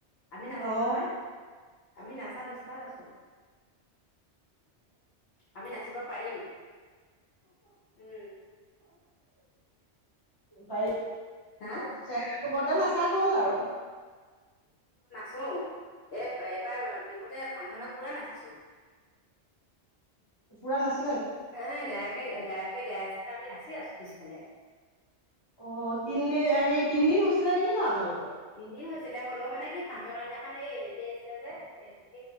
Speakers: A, on the left; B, on the left.
A: আমি নাচিম
B: অ
A: নহয়। আমি নাচাত ওস্তাত আছো। আমি নাচিব পাৰিম। উম,
B: তাই
A: হা
B: চে কোবৰতে নাচাক গ'ল আৰু।
A: চো এই এইবাৰ বিহুতে ফাংচনত পুৰা নাচিছো।
B: পুৰা নাছা
A: এ, গায়কে গায়কে গাই আছে আমি নাচি আছো পিছফালে।
B: অ, তিনদিন হৰি তিনদিন হৈছিলে নেকি ন আপোনালোক?
A: তিনি দিন ছিলে হ'লেও মানে কি ফাংচনৰ দিনাখন এই হেৰি আহিছিলে যে এজনী